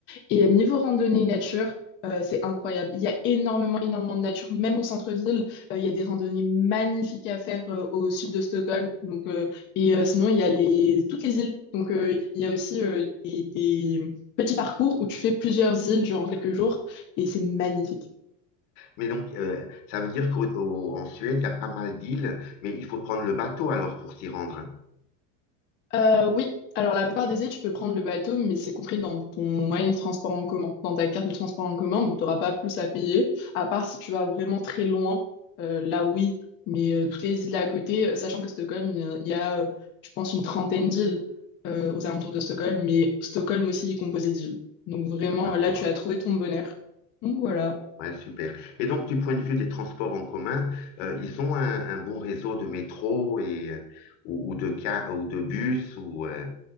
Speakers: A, on the left; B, on the left.
A: Et niveau randonnée nature, euh, c'est incroyable. Il y a énormément, énormément de nature, même au centre-ville. euh, il y a des randonnées magnifiques à faire euh, au sud de Stockholm. Donc, euh, et euh, sinon, il y a les, toutes les îles. Donc, euh, il y a aussi euh, des, des petits parcours où tu fais plusieurs îles durant quelques jours et c'est magnifique.
B: Mais donc, euh, ça veut dire qu'en Suède, il y a pas mal d'îles, mais il faut prendre le bateau alors pour s'y rendre. hein,
A: Euh, oui, alors la plupart des îles, tu peux prendre le bateau, mais c'est compris dans ton moyen de transport en commun, dans ta carte de transport en commun, donc tu n'auras pas plus à payer, à part si tu vas vraiment très loin, euh, là oui, mais euh, toutes les îles à côté, euh, sachant que Stockholm, il y a, il y a, euh, je pense, une trentaine d'îles euh, aux alentours de Stockholm, mais Stockholm aussi est composé d'îles. Donc vraiment,
B: D'accord.
A: euh, là, tu as trouvé ton bonheur. Donc voilà.
B: Ouais, super. Et donc, du point de vue des transports en commun, euh, ils ont un, un bon réseau de métro et, euh, ou, ou de ca- ou de bus, ou, euh,